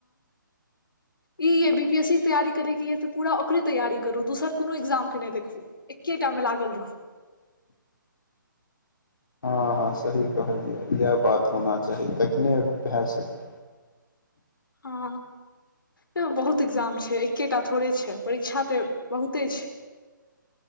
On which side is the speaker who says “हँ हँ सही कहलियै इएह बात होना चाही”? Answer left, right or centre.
Left